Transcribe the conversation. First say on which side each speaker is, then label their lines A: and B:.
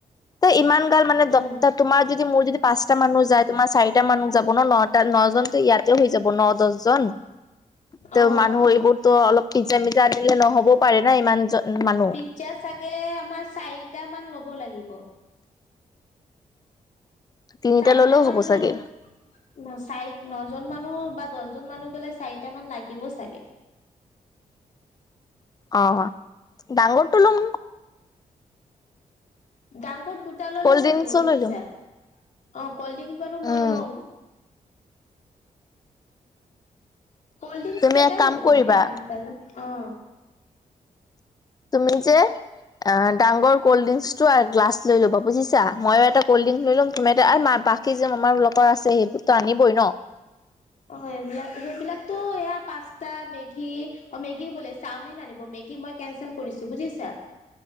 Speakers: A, on the left (about 25°); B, on the left (about 60°).
A: ত ইমান <unintelligible>
B: উম
A: তোমাৰ যদি মোৰ যদি পাঁচটা মানুহ যায় তোমাৰ চাৰিটা মানুহ যাব ন নটা নজনতো ইয়াতে হৈ যাব ন দহজন। ত
B: অ
A: মানুহ
B: অ
A: এইবোৰতো অলপ পিজ্জা মিজা আনিলে নহ'বও পাৰে না ইমান মানুহ
B: পিজ্জা চাগে আমাৰ চাৰিটা মান লব লাগিব।
A: তিনিটা
B: চাৰিটা
A: ললেও
B: মান
A: হ'ব
B: ল'ল
A: চাগে
B: ন চাৰি ন দুজন মানুহ বা দহজন মানুহ গ'লে চাৰিটা মান লাগিব চাগে।
A: অ ডাঙৰটো লম
B: ডাঙৰ দুটা ল'লে
A: কল্ড
B: হৈ
A: ড্ৰিংকচো
B: যাব বুজিছা।
A: লৈ ল'ম
B: অ কল্ড ড্ৰিংক বাৰু মই
A: উম
B: লম। কল্ড ড্ৰিংকস
A: তুমি
B: কেইটা
A: এক কাম
B: ল'ম
A: কৰিবা
B: আ অ
A: তুমি যে অ ডাঙৰ কল্ড ড্ৰিংকছটো আৰু গ্লা ল'বা বুজিছা মইো এটা কল্ড ড্ৰিংক লৈ লম তুমি এটা আৰু ম পাখি যে আমাৰ লোকৰ আছে সেইবোৰতো আনিবই ন।
B: অ এইবিলাক সেইবিলাকতো এয়া পাস্তা মেগী অ মেগী বোলে চাওমিন আনিব মেগ। মেগী মই কেঞ্চেল কৰিছো বুজিছা।